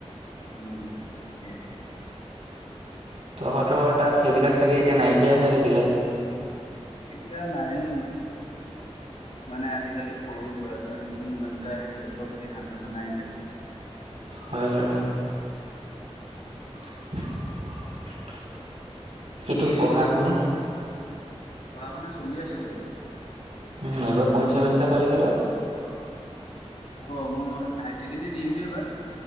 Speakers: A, on the left (about 80°); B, on the right (about 80°).
A: উম, তাকে।
B: তহঁতৰ তাত সেইবিলাক চাগে এতিয়া নাইকিয়াই হৈ থাকিলে।
A: এতিয়া নাইয়ে, মানে আজিকালি সৰু ল'ৰা ছোৱালী খিনিও ইমানটা সেইবিলাকৰ প্ৰতি ধান্দাটো নাই যে।
B: হয় বাৰু। <inaudible>
A: বাকী
B: তোৰ পঢ়া
A: একেদিন
B: শুনা?
A: ক পঢ়া শুনা চলি আছে বাৰু।
B: উম এইবাৰ কোন চেমিষ্টাৰ পালিগে তই।
A: অ' মই হায়াৰ ছেকেণ্ডাৰী দিমহে এইবাৰ।